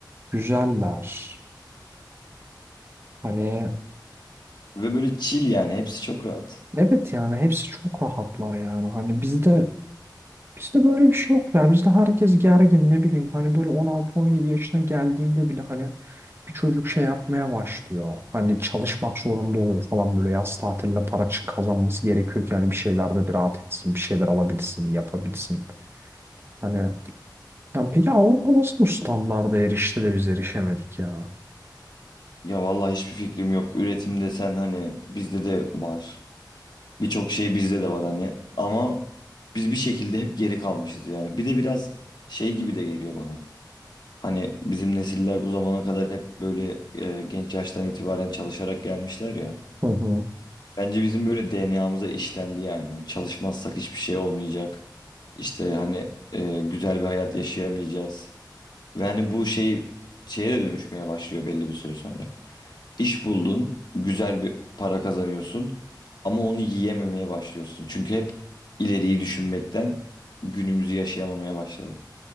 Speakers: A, on the right; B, on the left.
A: güzeller. Hani
B: Ve böyle chill yani hepsi çok rahat.
A: evet yani hepsi çok rahatlar yani. Hani bizde Bizde böyle bir şey yok ya. Bizde herkes gergin ne bileyim. Hani böyle 16-17 yaşına geldiğinde bile hani bir çocuk şey yapmaya başlıyor. Hani çalışmak zorunda oluyor falan böyle yaz tatiline para çık- kazanması gerekiyor ki hani bir şeylerde bir rahat etsin, bir şeyler alabilsin, yapabilsin. Hani yani peki Avrupa nasıl bu standarda erişti de biz erişemedik ya?
B: Ya vallahi hiçbir fikrim yok. Üretim desen hani bizde de var. Birçok şey bizde de var hani. Ama biz bir şekilde hep geri kalmışız yani. Bir de biraz şey gibi de geliyor bana. Hani bizim nesiller bu zamana kadar hep böyle e, genç yaştan itibaren çalışarak gelmişler ya.
A: Hı hı.
B: Bence bizim böyle DNA'mıza işlendi yani o. Çalışmazsak hiçbir şey olmayacak. İşte hani e, güzel bir hayat yaşayamayacağız. Ve hani bu şey şeye de dönüşmeye başlıyor belli bir süre sonra. İş buldun, güzel bir para kazanıyorsun ama onu yiyememeye başlıyorsun. Çünkü hep ileriyi düşünmekten günümüzü yaşayamamaya başladık.